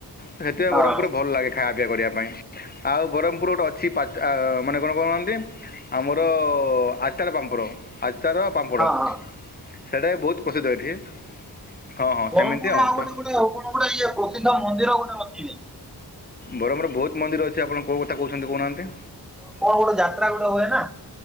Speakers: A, on the left (about 20°); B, in the centre.
A: ସେଥିପାଇଁ
B: ହଁ ହଁ
A: ବରହମପୁର ଭଲ ଲାଗେ ଖାଇବା ପିଇ କରିବା ପାଇଁ। ଆଉ ବରହମପୁର ଗୋଟେ ଅଛି ପଚ୍ ମାନେ କଣ କହୁନ୍ତି? ଆମର ଆଚାର ପାମ୍ପଡ। ଆଚାର, ପାମ୍ପଡ଼
B: ହଁ।
A: ସେଇଟା ବି ବହୁତ ପ୍ରସିଦ୍ଧ ଏଠି। ହଁ ହଁ
B: ବ୍ରହ୍ମପୁର
A: ସେମିତି
B: ଆଉ
A: ତ
B: ଗୋଟେ ଗୋଟେ ହଉ କଣ ଗୋଟେ ଇଏ ପ୍ରସିଦ୍ଧ ମନ୍ଦିର ଗୋଟେ ଅଛିି।
A: ବରହମପୁର ବହୁତ ମନ୍ଦିର ଅଛି ଆପଣ କୋଉ କଥା କହୁଛନ୍ତି କହୁନାହାନ୍ତି।
B: କଣ ଗୋଟେ ଯାତ୍ରା ଗୋଟେ ହୁଏ ନା